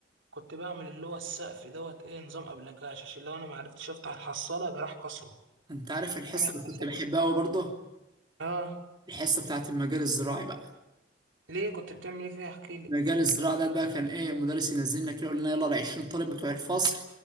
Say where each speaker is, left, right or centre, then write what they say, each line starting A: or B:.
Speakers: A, on the right (about 75°); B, on the right (about 25°).
A: كنت بعمل اللي هو السقف دوت إيه نظام أبلكاش عشان لو أنا معرفتش أفتح الحصالة جراح كسره
B: انت عارف الحصه
A: إنما الخشب
B: اللي كنت بحبها قوي برضه
A: أه
B: الحصه بتاعت المجال الزراعي بقى
A: ليه كنت بتعمل إيه فيها احكيلي
B: المجال الزراعي ده بقى كان ايه مدرس ينزلنا كده يقول لنا يلا ال 20 طالب بتوع الفصل